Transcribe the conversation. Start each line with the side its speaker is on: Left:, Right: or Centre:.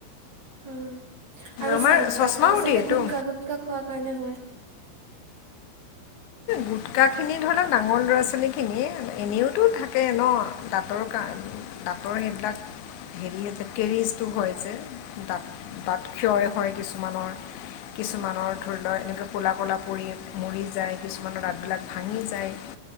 Right: অ' আৰু
Left: আমাৰ
Right: চাক
Left: চশমাও
Right: দাঁতৰ চাকে
Left: দিয়েতো
Right: গুটকা গুটকা খোৱা কাৰণে হয় <inaudible>
Left: গুটকাখিনি ধৰি লওক ডাঙৰ ল'ৰা ছোৱালীখিনিয়ে এনেওতো থাকে ন দাঁতৰ কাৰ। সেইবিলাক হেৰি হৈছে কেৰিজটো হয় যে দাঁত তাঁত ক্ষয় হয় কিছুমানৰ। কিছুমানৰ ধৰি লও এনেকে ক'লা কলা পৰি মৰি যায়। কিছুমানৰ দাতবিলাক ভাঙি যায়।